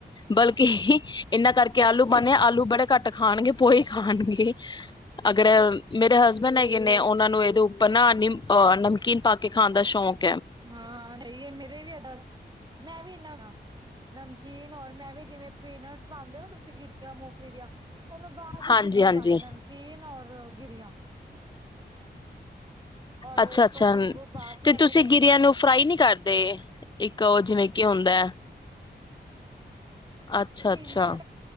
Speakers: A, on the left (about 25°); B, on the right (about 25°).
A: ਬਲਕਿ ਇਹਨਾਂ ਕਰਕੇ ਆਲੂ ਪਾਂਦੇ ਆਲੂ ਬੜੇ ਘੱਟ ਖਾਣਗੇ ਪੋਏ ਖਾਣਗੇ। ਅਗਰ ਮੇਰੇ ਹਸਬੈਂਡ ਹੈਗੇ ਨੇ ਉਹਨਾਂ ਨੂੰ ਇਹਦੇ ਉੱਪਰ ਨਾ ਨਹ ਨਮਕੀਨ ਪਾ ਕੇ ਖਾਣ ਦਾ ਸ਼ੌਂਕ
B: ਹਾਂ ਸਹੀ ਹੈ ਮੇਰੇ ਵੀ ਇਦਾਂ ਮੈਂ ਵੀ ਨਾ ਨਮਕੀਨ ਔਰ ਮੈਂ ਵੀ ਵੀ ਜਿਵੇਂ ਪੇਨਰਸ ਪਾਉਂਦੇ ਹੋ ਨਾ ਤੁਸੀਂ ਗਿਰੀਆਂ ਮੋਫਲੀ ਦੀਆਂ ਉਹ ਮੈਂ ਬਾਂਹਦੇ
A: ਹਾਂਜੀ
B: ਚ ਉੱਪਰ
A: ਹਾਂਜੀ
B: ਪਾਉਣੇ ਨਮਕੀਨ ਔਰ ਗਿਰੀਆਂ ਔਰ
A: ਅੱਛਾ
B: ਉੱਪਰ
A: ਅੱਛਾ
B: ਨਿੰਬੂ ਪਾ ਕੇ
A: ਤੇ
B: ਐਵੇਂ
A: ਤੁਸੀਂ
B: ਦਿੰਦੀ
A: ਗੇਰੀਆਂ
B: ਆ
A: ਨੂੰ ਫਰਾਈ ਨੀ ਕਰਦੇ? ਤੇ ਇੱਕ ਉਹ ਜਿਵੇਂ ਕਿ ਹੁੰਦਾ ਹੈ ਅੱਛਾ
B: ਨਹੀਂ
A: ਅੱਛਾ
B: ਮੈਂ